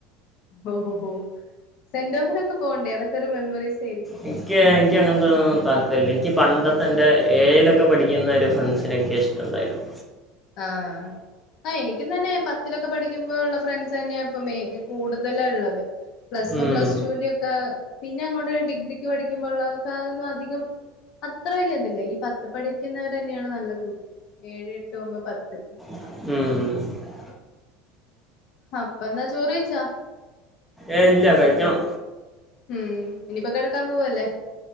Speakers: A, on the left (about 55°); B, in the centre.
A: ഓ ഓ സെന്റോഫ്നൊക്കെ പോണ്ടേ അതൊക്കെ ഒരു മെമ്മറീസ് ആയിരിക്കും
B: എനിക്ക് എനിക്ക്ങ്ങനത്തെന്നും താല്പര്യമില്ല എനിക്ക് പണ്ടത്തെ എൻ്റെ ഏഴിലൊക്കെ പഠിക്കുന്ന ഒരു ഫ്രണ്ട്സിനെയൊക്കെ ഇഷ്ടം ണ്ടായിരുന്നു
A: ആഹ് ആഹ് എനിക്കും തന്നെ പത്തിലൊക്കെ പഠിക്കുമ്പോ ഉള്ള ഫ്രണ്ട്സ് തന്നെയ ഇപ്പൊ മ കൂടുതല് ഉള്ളത് പ്ലസ് വൺ
B: ഉം.
A: പ്ലസ് ടുൂവിന്റെ ഒക്കെ പിന്നെ അങ്ങോട്ട് ഡിഗ്രിക്ക് പഠിക്കുമ്പോള്ളതൊക്ക അതൊന്നും അധികം അത്ര വല്ല്യ ഇതില്ല ഈ പത്ത് പഠിക്കുന്നവർന്നെയാണ് നല്ല കൂട്ട് ഏഴ്ട്ട് എട്ട് ഒമ്പത് പത്ത്
B: ഉം
A: അപ്പ എന്താ ചോറ്യ്ച്ചാ
B: ഏഹ് ഇല്ല കഴിക്കണം
A: ഉം ഇനിയിപ്പോ കിടക്കാൻ പോവല്ലേ